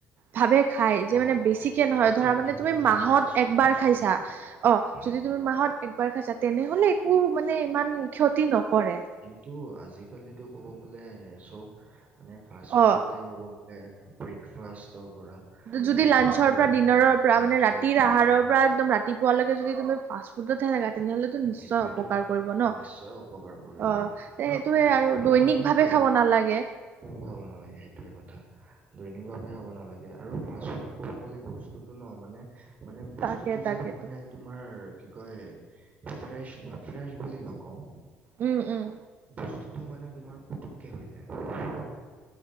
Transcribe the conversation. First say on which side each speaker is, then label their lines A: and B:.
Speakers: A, on the right; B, on the right.
A: ভাৱে খাই, যে
B: অ
A: মানে
B: অ
A: বেছিকে
B: অ
A: নহয়,
B: সঠিকভাৱে
A: ধৰা মানে তুমি,
B: খালে
A: মাহত
B: চব
A: একবাৰ
B: বস্তুৰে
A: খাইছা, অ'।
B: হা
A: যদি তুমি মাহত একবাৰ খাইছা, তেনেহ'লে একো মানে ইমান ক্ষতি নকৰে।
B: টো আজিকালিতো, ক'ব গ'লে, চব মানে ফাষ্ট-ফুডতে
A: অ
B: ক'ব গ'লে, ব্ৰী ফাৰ্ষষ্টট' পৰা।
A: যদি
B: ব্ৰেকফাষ্টৰ
A: লাঞ্চৰ পৰা ডিনাৰৰ পৰা,
B: লাঞ্চৰ
A: মানে ৰাতিৰ
B: পৰা
A: আহাৰৰ
B: ডিনাৰ
A: পৰা একদম ৰাতিপুৱালৈকে যদি তুমি ফাষ্টফুডতে হেই তেনেকা, তেনেহ'লেতো নিশ্চয়
B: সেইটোৱেতো
A: অপকাৰ
B: সি-
A: কৰিব ন,
B: নিশ্চয় অপকাৰ কৰিব
A: অ'। সেইটোয়ে
B: আৰু সেই
A: আৰু
B: অপকাৰ
A: দৈনিক
B: মানে
A: ভাৱে
B: কি আৰু
A: খাব নালাগে।
B: খাব নালাগে সেইটোয়ে কথা, দৈনিক ভাৱে খাব নালাগে। আৰু ফাষ্ট-ফুড ক'ব গ'লে, বস্তুটো ন, মানে, মানে বস্তুটো
A: তাকে তাকেতো
B: যে মানে তোমাৰ কি কয়, ফ্ৰেছ ন ফ্ৰেছ বুলি নকওঁ।
A: উম, উম।
B: বস্তুটো মানে, তোমাৰ পুতুককে হৈ যায়।